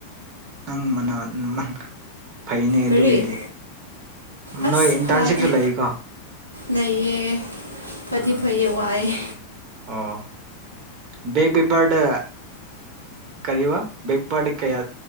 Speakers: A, on the right (about 40°); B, on the right (about 85°).
A: ꯅꯪ ꯃ ꯐꯩꯅꯦ ꯑꯗꯨꯒꯤꯗꯤ
B: ꯀꯔꯤ ꯑꯁ
A: ꯅꯣꯏ ꯏꯟꯇꯔꯟꯁꯤꯞꯁꯨ
B: ꯐꯗꯤ
A: ꯂꯩꯀꯣ
B: ꯂꯩꯌꯦ ꯐꯗꯤ
A: ꯎꯝ
B: ꯐꯩ ꯋꯥꯏꯑꯦ
A: ꯑꯣ ꯕꯦꯛꯦꯛ ꯄꯦꯄꯔꯗ ꯀꯔꯤꯔꯤꯕ ꯩꯄ ꯀꯌꯥ